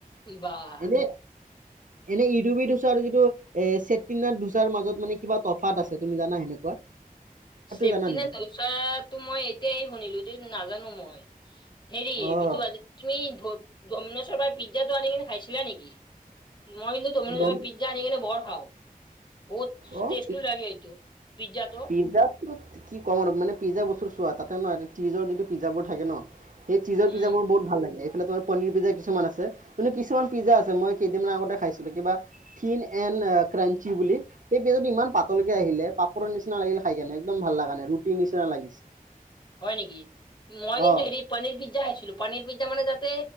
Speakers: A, on the left; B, on the right.
A: বাহ
B: এনে এনে ইডুবি ধোচাৰ যিটো এ ছেতিনাথ ধোচাৰ মাজত মানে কিবা তফাত আছে তুমি জানা সেনেকুৱা? <inaudible>
A: চেফটি
B: জানা নেকি?
A: নে তইচাটো মই এতিয়াই শুনিলো নাজানো মই হেৰি
B: অ',
A: বিটো তুমি <unintelligible> পৰা পিজ্জাটো আনি কিনে খাইছিলা নেকি? মই যে তুমি
B: দম-
A: পিজ্জা আনি কিনে বৰ খাও। বহুত
B: অ',
A: টেষ্টো লাগে এইটো পিজ্জাটো
B: পিজ্জাত কি কম আৰু মানে পিজ্জা বস্ত চোৱা তাতে নিজৰ যিটো পিজ্জাবোৰ থাকে ন সেই চিজৰ
A: উম
B: পিজাবোৰ বহুত ভাল লাগে এইফালে তোমাৰ পনীৰ পিজা কিছুমান আছে কিন্তু কিছুমান পিজ্জা আছেই কেইদিন আগতে খাইছিলো কিবা থিন এনড ক্ৰাঞ্চি বুলি সেই পেজত ইমান পাতলকে আহিলে। পাপৰ নিচিনা লাগিলে খাই কেনে একদম ভাল লগা নে ৰুটিৰ নিচিনা লাগিছে।
A: হয় নেকি মই কিন্তু
B: অ',
A: হেৰি পানীৰ পিজ্জা খাইছিলো পানীৰ পিজ্জা মানে যাতে